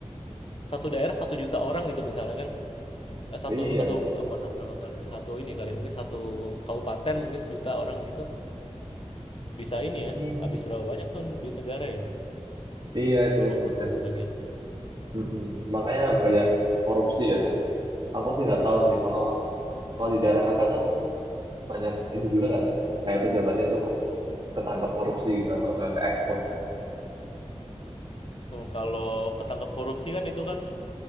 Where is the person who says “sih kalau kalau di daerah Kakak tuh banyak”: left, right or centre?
Right